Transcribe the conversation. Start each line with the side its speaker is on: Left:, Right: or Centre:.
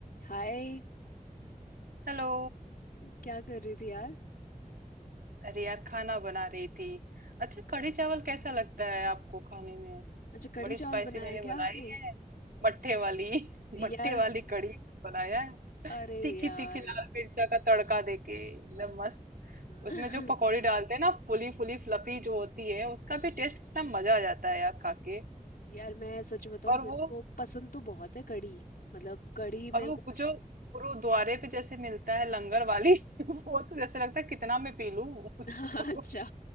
Left: हाय
Right: हेलो
Left: क्या कर रही थी यार
Right: अरे यार खाना बना रही थी अच्छा कढ़ी चावल कैसा लगता है आपको खाने में
Left: अच्छा कढ़ी
Right: बड़ी स्पाइसी
Left: चावल बनाया
Right: मैंने
Left: है
Right: बनाई
Left: क्या आपने
Right: है मट्ठे वाली <laughs>
Left: <laughs>
Right: मट्ठे
Left: यार
Right: वाली कढ़ी बनाया है
Left: अरे
Right: तीखी
Left: यार
Right: तीखी लाल मिर्चा का तड़का देके एकदम मस्त
Left: <laughs>
Right: उसमें जो पकौड़ी डालते हैं ना फुली फुली फ्लफी जो होती है उसका भी टेस्ट कितना मजा आ जाता है यार खा के
Left: यार मैं सच बताऊं
Right: और
Left: मेरे
Right: वो
Left: को पसंद तो बहुत है कढ़ी मतलब कढ़ी
Right: और
Left: मेरे
Right: वो
Left: को
Right: जो गुरुद्वारे पे जैसे मिलता है लंगर वाली <laughs> वो तो जैसे लगता है कितना मैं पी लूं उसको
Left: <laughs> अच्छा